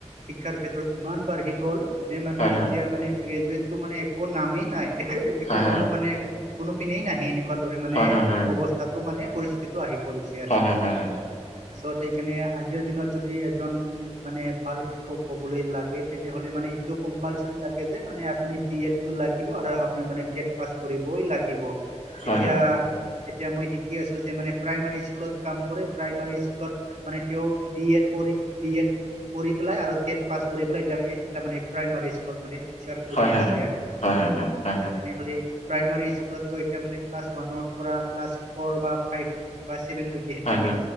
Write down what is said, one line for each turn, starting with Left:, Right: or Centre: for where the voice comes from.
Right: শিক্ষাৰ ক্ষেত্ৰত ইমান বাঢ়ি গ'ল। যে মানে
Left: হয়
Right: এতিয়া মানে গ্ৰেজুৱটটো মানে একো নামেই নাই, একো
Left: হয় হয় হয় হয় হয় হয়
Right: কোনো মানে কোনো কোনো পিনেই নাহে এনেকুৱা দৰে মানে
Left: হয় হয় হয়
Right: অৱস্থাতটো মানে পৰিস্থিতিটো আহি পৰিছে আৰু
Left: হয়
Right: কি।
Left: হয় হয় হয়
Right: চ' সেইকাৰণে আজিৰ দিনত যদি এজন মানে ভাল শিক্ষক হবলৈ লাগে তেনেহ'লে মানে এইটো কম। <unintelligible> লাগে যে, মানে আপুনি তোমাৰ এ বি এড টো লাগিব আৰু আপুনি মানে টেট পাছ কৰিবই লাগিব।
Left: হয়
Right: এতিয়া,
Left: হয়
Right: এতিয়া মই দেখি আছো যে মানে প্ৰাইমাৰী স্কুলত কাম কৰে, প্ৰাইমাৰী স্কুলত মানে তেওঁ বি এড <unintelligible> বি এড পঢ়ি পেলাই আৰু টেট পাছ কৰি পেলাই এতি- এতিয়া মানে প্ৰাইমাৰী স্কুলত মানে ছাৰ কৰি
Left: হয় হয়
Right: আছে আৰু <unintelligible>
Left: হয় হয় হয় হয় হয়
Right: তেনেহ'লে প্ৰাইমাৰী স্কুলত এতিয়া মানে ক্লাছ ওৱানৰ পৰিলা, ফ'ৰ বা ফাইভ বা ছেভেনলৈ যিহেত
Left: হয়
Right: থাকে,
Left: হয় হয়